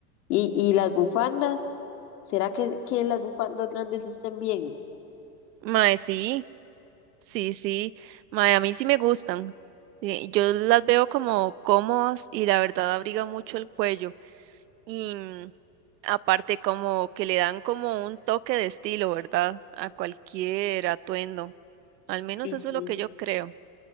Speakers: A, on the left; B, on the right.
A: Y, y las bufandas, ¿será que, que las bufandas grandes estén bien?
B: Mae, sí, sí, sí. Mae, a mí sí me gustan. Eh, Yo las veo como cómodas y la verdad abriga mucho el cuello. Y mm, aparte como que le dan como un toque de estilo, ¿verdad? A cualquier atuendo. Al menos
A: Sí,
B: eso
A: sí.
B: es lo que yo creo.